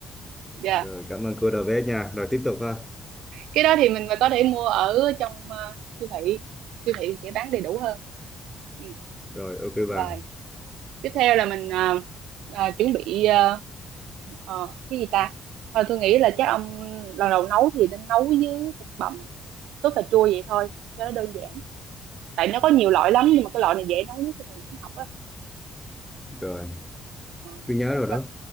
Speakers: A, on the right; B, in the centre.
A: dạ
B: rồi cảm ơn cô đầu bếp nha rồi tiếp tục ha
A: cái đó thì mình mà có thể mua ở trong ờ, siêu thị siêu thị sẽ bán đầy đủ hơn ừ.
B: rồi ok
A: rồi
B: bà
A: tiếp theo là mình ờ, ờ, chuẩn bị ờ, ờ, cái gì ta thôi tôi nghĩ là chắc ông lần đầu nấu thì nên nấu với thịt bằm sốt cà chua vậy thôi cho nó đơn giản tại nó có nhiều loại lắm nhưng mà cái loại này dễ nấu nhất cho người muốn học á
B: rồi
A: Ờ,
B: tôi nhớ rồi đó
A: rồi